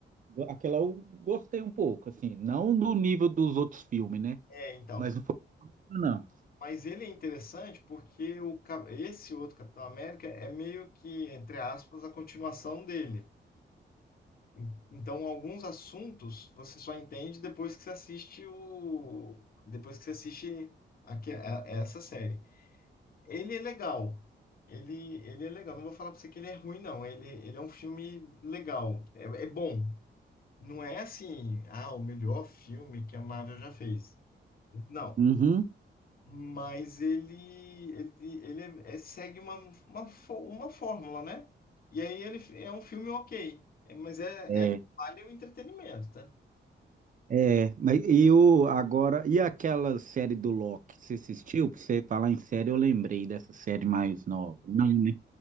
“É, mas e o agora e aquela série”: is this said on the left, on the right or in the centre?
Right